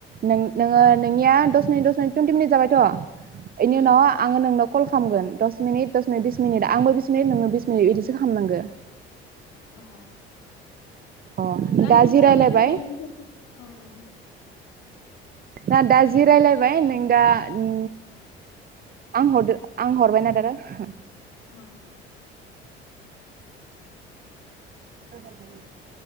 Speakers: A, on the right; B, on the left.
A: नों नोंङो नोंनिया दस मिनिट दस मिनिट टुइनटि मिनिट जाबायथ'। इनि
B: उम
A: उनाव
B: उम
A: आङो नोंनाव कल खालामगोन दस मिनिट दस मिनिट बिस मिनिट आंबो बिस मिनिट नोङो बिस मिनिट इदिसो खालामनांगो।
B: अ
A: अ
B: बिदिब्ला
A: दा
B: खेबसे
A: जि
B: हरनाय
A: रायलायबाय
B: जाबाय नों खेबसे ओ ओ।
A: दा दा जि रायलायबाय नों दा उम आं हरदो आं हरबायना दा दा हो।
B: अ। <unintelligible>
A: दा हरबाय नों